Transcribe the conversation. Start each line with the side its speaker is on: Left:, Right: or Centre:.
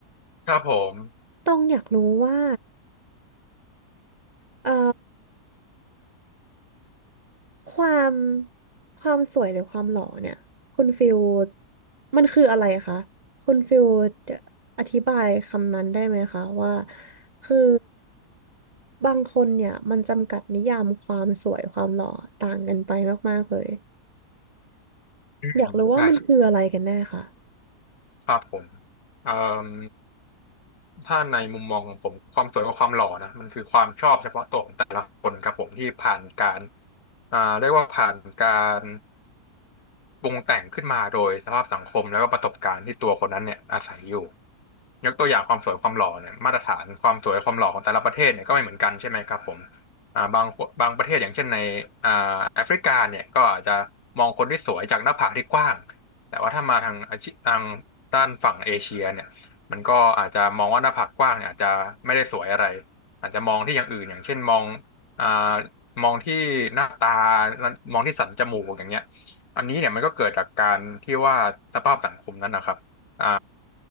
Left: ครับผม
Right: ต้องอยากรู้ว่าเอ่อ ความความสวยหรือความหล่อเนี่ยคุณฟิลมันคืออะไรคะคุณฟิลอธิบายคำนั้นได้ไหมคะว่าคือบางคนเนี่ยมันจำกัดนิยามความสวยความหล่อต่างกันไปมากๆเลย
Left: อืมใช่
Right: อยากรู้ว่ามันคืออะไรกันแน่ค่ะ
Left: ครับผมเอ่มถ้าในมุมมองของผมความสวยกับความหล่อนะมันคือความชอบเฉพาะตัวของแต่ละคนครับผมที่ผ่านการอ่าเรียกว่าผ่านการปรุงแต่งขึ้นมาโดยสภาพสังคมแล้วก็ประสบการณ์ที่ตัวคนนั้นเนี่ยอาศัยอยู่ ยกตัวอย่างความสวยความหล่อเนี่ยมาตรฐานความสวยความหล่อของแต่ละประเทศเนี่ยก็ไม่เหมือนกันใช่ไหมครับผมอ่าบางบางประเทศอย่างเช่นในอ่าแอฟริกาเนี่ยก็อาจจะมองคนที่สวยจากหน้าผากที่กว้างแต่ว่าถ้ามาทางอาชีทางด้านฝั่งเอเชียเนี่ยมันก็อาจจะมองว่าหน้าผากกว้างเนี่ยอาจจะไม่ได้สวยอะไรอาจจะมองที่อย่างอื่นอย่างเช่นมองอ่ามองที่หน้าตามองที่สันจมูกอย่างเงี้ยอันนี้เนี่ยมันก็เกิดจากการที่ว่าสภาพสังคมนั้นนะครับ อ่า